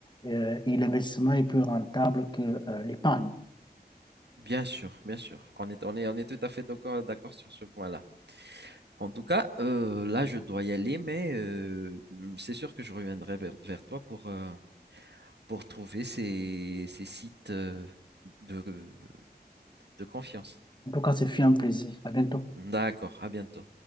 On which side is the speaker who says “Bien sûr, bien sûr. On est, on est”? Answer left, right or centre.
Right